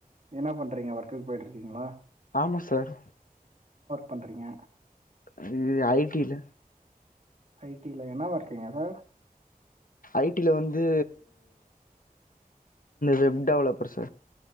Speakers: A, on the right; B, on the left.
A: என்ன பண்றீங்க ஒர்க்குக்கு போய்ட்டு இருக்கீங்களா
B: ஆமாம் சார்
A: பண்றீங்க
B: இது ஐடி ல
A: ஐடில என்னவா இருக்கீங்க சார்
B: ஐடில வந்து வெப் டெவலப்பர்ஸ்